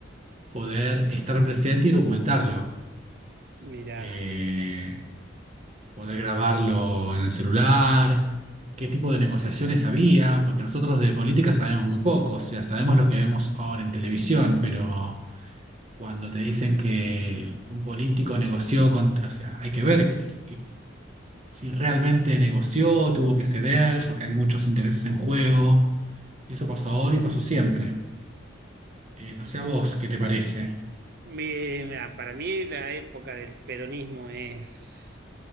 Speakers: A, on the right (about 35°); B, on the right (about 55°).
A: poder estar presente y documentarlo.
B: Mirá.
A: eh, poder grabarlo en el celular, qué tipo de negociaciones había, porque nosotros de política sabemos muy poco, o sea, sabemos lo que vemos ahora en televisión, pero cuando te dicen que un político negoció con, o sea, hay que ver que- si realmente negoció, tuvo que ceder, porque hay muchos intereses en juego. Eso pasó ahora y pasó siempre. Eh, no sé a vos qué te parece.
B: Mi- mirá, para mí la época del peronismo es